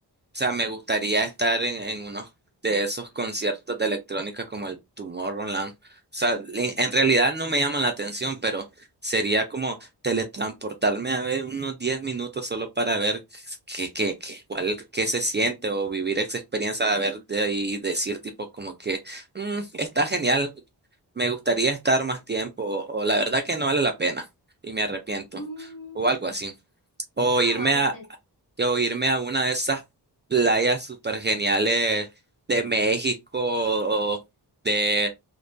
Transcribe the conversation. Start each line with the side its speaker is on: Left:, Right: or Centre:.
Right: O sea, me gustaría estar en, en unos de esos conciertos de electrónica como el Tomorrowland. O sea, en, en realidad no me llaman la atención, pero sería como teletransportarme a ver unos 10 minutos solo para ver qué, qué, qué, cuál, qué se siente o vivir esa experiencia de ver de ahí y decir tipo como que "Mm, está genial, me gustaría estar más tiempo o, o la verdad que no vale la pena y me arrepiento
Left: Mm,
Right: o algo así. O
Left: ah,
Right: irme a,
Left: este-
Right: que o irme a una de esas playas súper geniales de México o de,